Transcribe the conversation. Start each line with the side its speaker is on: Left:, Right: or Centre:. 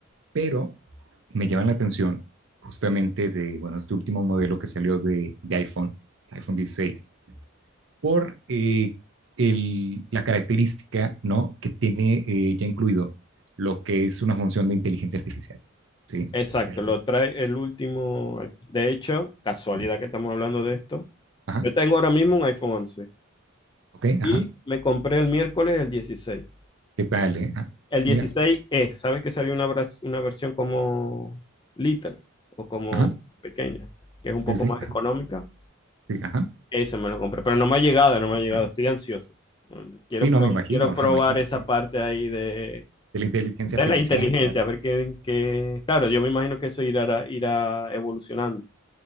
Right: pero me llama la atención justamente de, bueno, este último modelo que salió de, de iPhone, iPhone 16, por eh, el- la característica, ¿no? Que tiene eh, ya incluido lo que es una función de inteligencia artificial, ¿sí?
Left: Exacto,
Right: O sea,
Left: lo trae el último iPhone. De hecho, casualidad
Right: ujú.
Left: que estamos hablando de esto.
Right: Ajá.
Left: Yo tengo ahora mismo un iPhone once
Right: Ok,
Left: y
Right: ajá.
Left: me compré el miércoles el dieciséis
Right: ¿Qué tal, eh? Ah,
Left: El dieciséis
Right: mira,
Left: e ¿sabes que salió una, vers- una versión como Little o como
Right: ajá.
Left: pequeña, que es un poco
Right: Sí, sí,
Left: más
Right: ajá.
Left: económica?
Right: Sí, ajá.
Left: Eso me lo compré, pero no me ha llegado, no me ha llegado,
Right: ajá.
Left: estoy ansioso. Quiero,
Right: Sí,
Left: pro-
Right: no, me imagino,
Left: quiero probar
Right: me imagino.
Left: esa
Right: claro.
Left: parte ahí de,
Right: De la inteligencia
Left: de
Right: artificial,
Left: la inteligencia,
Right: claro.
Left: a ver qué, qué- Claro, yo me imagino que eso irá, irá evolucionando,